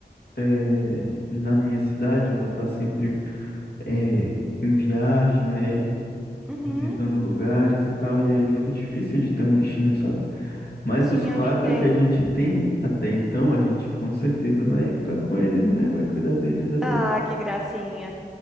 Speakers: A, on the left; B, in the centre.
A: é, na minha cidade, eu vou estar sempre é, em viagem, né,
B: uhum.
A: visitando lugares e tal, e aí fica difícil de ter um bichinho, sabe? Mas
B: Sim,
A: os quatro
B: eu entendo.
A: que a gente tem até então, a gente com certeza vai ficar com eles, né? Vai cuidar deles até
B: Ah,
A: o...
B: que gracinha.